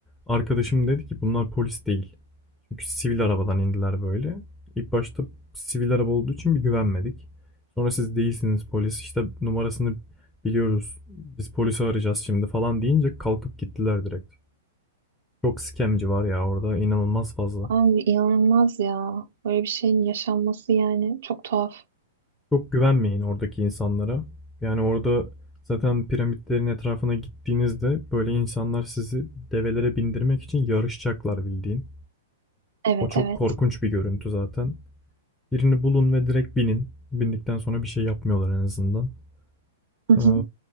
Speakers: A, in the centre; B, on the right.
A: arkadaşım dedi ki bunlar polis değil. Çünkü sivil arabadan indiler böyle. İlk başta sivil araba olduğu için bir güvenmedik. Sonra siz değilsiniz polis işte numarasını biliyoruz biz polisi arayacağız şimdi falan deyince kalkıp gittiler direkt. Çok skemci var ya orada inanılmaz fazla.
B: abi inanılmaz ya böyle bir şeyin yaşanması yani çok tuhaf.
A: Çok güvenmeyin oradaki insanlara. Yani orada zaten piramitlerin etrafına gittiğinizde böyle insanlar sizi develere bindirmek için yarışacaklar bildiğin.
B: Evet
A: O çok
B: evet.
A: korkunç bir görüntü zaten. Birini bulun ve direkt binin. Bindikten sonra bir şey yapmıyorlar en azından.
B: Hı hı.
A: Ee,